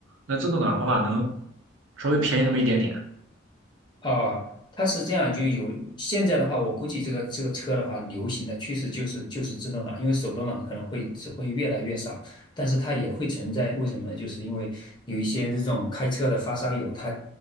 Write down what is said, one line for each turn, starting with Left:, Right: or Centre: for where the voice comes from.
Right: 那自动挡的话，能稍微便宜那么一点点。
Left: 啊，它是这样，就有现在的话，我估计这个这个车的话，流行的趋势就是就是自动挡，因为手动挡可能会只会越来越少，但是它也会存在，为什么呢？就是因为有一些这种开车的发烧友，他